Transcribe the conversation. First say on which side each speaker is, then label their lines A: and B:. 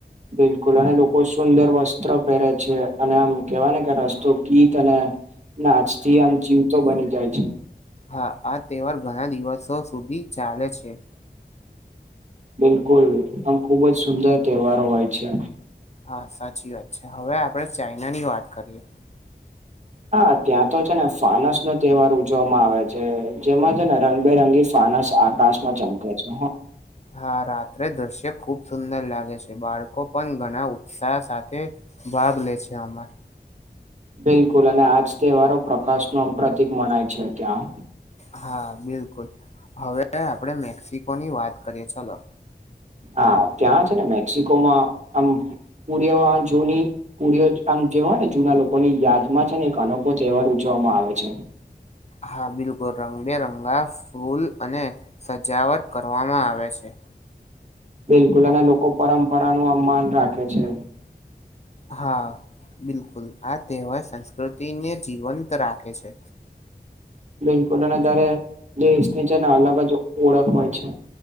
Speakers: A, on the right; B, on the left.
A: બિલકુલ અને લોકો સુંદર વસ્ત્ર પહેરે છે, અને આમ કેવાય ને કે રસ્તો ગીત અને નાચથી આમ જીવ તો બની જાય છે.
B: હા આ તહેવાર ઘણા દિવસો સુધી ચાલે છે.
A: બિલકુલ આમ ખુબ જ સુંદર તહેવારો હોય છે.
B: હા સાચી વાત છે હવે આપણે ચાઈના ની વાત કરીએ.
A: હા ત્યાં તો છે ને ફાનસ નો તહેવાર ઉજવામાં આવે છે જેમાં છે ને રંગબેરંગી ફાનસ આકાશ માં ચમકે છે.
B: હા રાત્રે દ્રશ્ય ખુબ સુંદર લાગે છે બાળકો પણ ઘણા ઉત્સાહ સાથે ભાગ લે છે આમાં.
A: બિલકુલ અને આજ તહેવારો પ્રકાશ ન આમ પ્રતિક મનાય છે ત્યા.
B: હા બિલકુલ હવે આપડે મેક્સિકોની વાત કરીએ ચલો.
A: હા ત્યાં છે ને મેક્સિકોમાં આમ પુરીએ વા જૂની કુરયો આમ જેવાય ને જુના લોકોની યાદમાં છે ને એક અનોખો તહેવાર ઉજવવામાં આવે છે.
B: હા બિલકુલ રંગબેરંગા ફૂલ અને સજાવટ કરવામાં આવે છે.
A: બિલકુલ અને લોકો પરંપરાનું માન રાખે છે.
B: હા બિલકુલ આ તહેવાર સંસ્કૃતિને જીવંત રાખે છે.
A: બિલકુલ અને તારે દેશની છે ને અલગ જ ઓળખ હોય છે.